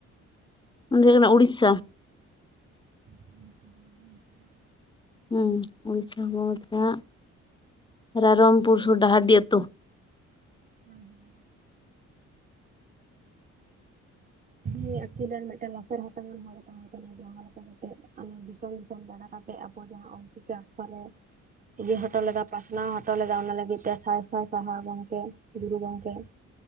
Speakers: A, on the left; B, on the right.
A: ᱩᱱᱤ ᱫᱚ ᱠᱟᱱᱟ ᱩᱲᱤᱥᱥᱟ᱾
B: ᱦᱩᱸ ᱦᱩᱸ ᱦᱩᱸ ᱦᱩᱸ ᱦᱩᱸ᱾
A: ᱦᱩᱸ, ᱩᱲᱤᱥᱥᱟ ᱯᱚᱱᱚᱛ ᱨᱮᱱᱟᱜ ᱨᱟᱭᱨᱚᱢᱯᱩᱨ ᱥᱩᱨ ᱰᱟᱦᱟᱨᱰᱤ ᱟᱹᱛᱩ᱾
B: ᱦᱩᱸ ᱦᱩᱸ᱾ ᱤᱭᱟᱹ ᱟᱹᱠᱤᱞᱟᱱ ᱢᱤᱫᱴᱮᱱ ᱞᱟᱥᱮᱨ ᱦᱟᱛᱟᱝᱟᱱ ᱦᱚᱲ ᱛᱟᱦᱮᱸ ᱠᱟᱱᱟ ᱡᱟᱦᱟᱸ ᱞᱮᱠᱟ ᱱᱤᱛᱳᱜ ᱟᱢ ᱫᱤᱥᱚᱢ ᱫᱤᱥᱚᱢ ᱫᱟᱬᱟ ᱠᱟᱛᱮᱜ ᱟᱵᱚ ᱡᱟᱦᱟᱸ ᱚᱞ ᱪᱤᱠᱤ ᱚᱠᱠᱷᱚᱨᱮ
A: <inaudible>
B: ᱤᱫᱤ ᱦᱳᱢᱳ ᱞᱮ ᱜᱟ ᱯᱟᱥᱱᱟᱣ ᱦᱚᱴᱚ ᱞᱮᱜᱟ ᱥᱟᱭ ᱥᱟᱭ ᱥᱟᱦᱟᱨ ᱜᱚᱝᱠᱮ ᱜᱮᱨᱩ ᱜᱚᱝᱠᱮ ᱾